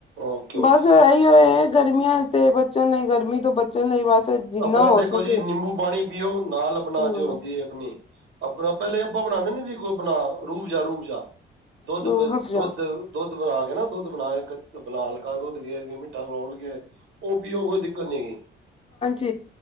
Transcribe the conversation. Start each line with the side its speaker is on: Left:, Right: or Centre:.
Right: ਓਕੇ ਓਕੇ
Left: ਬਸ ਇਹੀ ਉਹ ਗਰਮੀਆਂ ਤੇ ਬਚਨ ਲਈ ਗਰਮੀ ਤੋਂ ਬਚਨ ਲਈ ਬਸ ਜਿੰਨਾ
Right: ਆਪਣਾ
Left: ਹੋ
Right: ਦੇਖੋ
Left: ਸਕੇ
Right: ਜੀ ਨਿੰਬੂ ਪਾਣੀ ਪੀਓ। ਨਾਲ ਆਪਣਾ
Left: ਹਾਂ
Right: ਜੋੇ ਹੁੰਦੀ ਹੈ ਆਪਣੀ ਆਪਣਾ ਪਹਿਲੇ ਆਪਾਂ ਬਣਾਦੇ ਨੀ ਸੀ ਕੋਈ ਆਪਣਾ ਰੂਬਜਾ ਰੂਬ ਜਾ ਦੁੱਧ-ਦੁੱਧ-ਦੁੱਧ
Left: ਰੂਹ ਅਫਜ਼ਾ
Right: ਬਣਾ ਕੇ ਨਾ ਦੁੱਧ ਬਣਾ ਕੇ ਤੇ ਬੁਲਾਲ ਕਰ ਰੁਧ ਗਰ ਕੇ ਮਿੱਠਾ ਖੋਲ ਕੇ ਉਹ ਵੀ ਉਹ ਕੋਈ ਦਿੱਕਤ ਨੀ
Left: ਜ